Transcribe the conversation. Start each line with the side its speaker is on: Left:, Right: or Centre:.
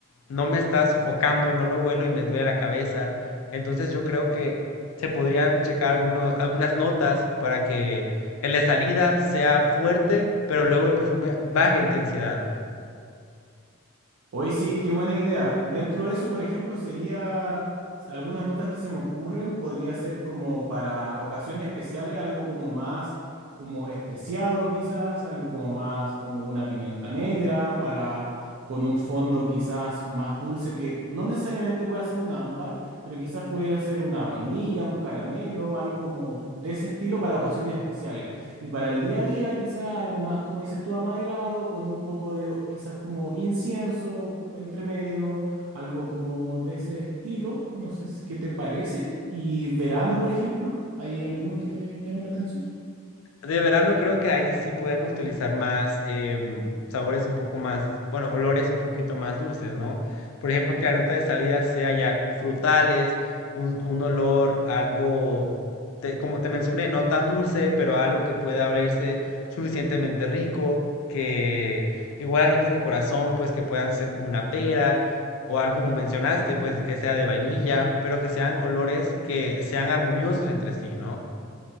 Left: no me está sofocando, no lo huelo y me duele la cabeza. Entonces yo creo que se podrían checar alguno- algunas notas para que en la salida sea fuerte, pero luego el perfume baje de intensidad.
Right: Hoy sí, qué buena idea. Eh, Dentro de eso, por ejemplo, sería algunas notas que se me ocurren, podría ser como para ocasiones especiales, algo como más como especiado quizás, algo como más como una pimienta negra para con un fondo quizás más dulce que no necesariamente pueda ser un ámbar, pero quizás pudiera ser una vainilla, un caramelo, algo como de ese estilo para ocasiones especiales. Y para el día a día, quizás algo más, como dices tú, amaderado, con un poco de quizás como incienso entre medio, algo como de ese estilo. No sé si- qué te parece. Y verano, por ejemplo, ¿hay alguno que te llame la atención?
Left: De verano creo que ahí sí podemos utilizar más em, sabores un poco más, bueno, olores un poquito más dulces, ¿no? Por ejemplo, que la nota de salida sea ya frutales, un, un olor algo, te- como te mencioné, no tan dulce, pero algo que pueda olerse suficientemente rico, que igual notas de corazón, pues que puedan ser como una pera o algo como mencionaste, pues que sea de vainilla, pero que sean olores que sean armoniosos entre sí, ¿no?